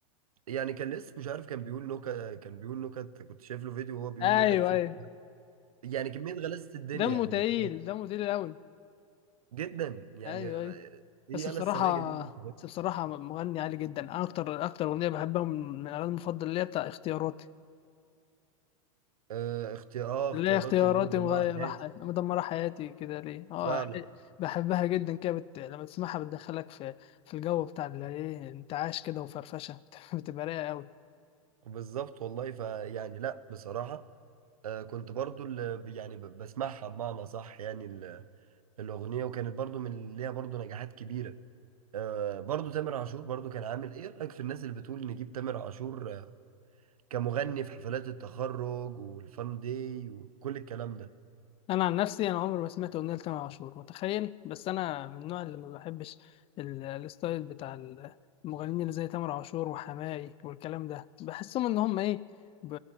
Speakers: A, on the right; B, on the left.
A: يعني كان لسه مش عارف كان بيقول نكت كان بيقول نكت كنت شايف له فيديو وهو بيقول
B: ايوه
A: نكت فيه
B: ايوه
A: يعني كمية غلاسة الدنيا
B: دمه
A: يعني
B: تقيل
A: انت فاهم
B: دمه تقيل قوي
A: جدا يعني
B: ايوه
A: آه،
B: ايوه
A: ايه
B: بس
A: يلا
B: بصراحة
A: السماجه دي انت فاهم؟
B: بس بصراحة مغني عالي جدا أنا أكتر أكتر أغنية بحبها من من الأغاني المفضلة اللي هي بتاع اختياراتي
A: آه اختيار اه
B: اللي
A: اختيارات
B: هي اختياراتي
A: اللي هي مدمره
B: مغيرة
A: حياتي
B: حي... مدمرة حياتي كده ليه اه
A: فعلا
B: يعني بحبها جدا كده بت... لما تسمعها بتدخلك في في الجو بتاع اللي ايه انتعاش كده وفرفشة <laughs> بتبقى رايقة أوي
A: بالظبط والله فيعني لا بصراحه آه كنت برضو اللي بي- يعني ب- بسمعها بمعنى صح يعني ال- الاغنيه وكانت برضو من ليها برضو نجاحات كبيره آه برضو تامر عاشور برضو كان عامل ايه رايك في الناس اللي بتقول نجيب تامر عاشور آه، كمغني في حفلات التخرج والفان داي وكل الكلام ده
B: انا عن نفسي انا عمري ما سمعت اغنيه لتامر عاشور متخيل بس انا من النوع اللي ما بحبش ال- الستايل بتاع ال- المغنيين اللي زي تامر عاشور وحماقي والكلام ده بحسهم ان هم ايه ب-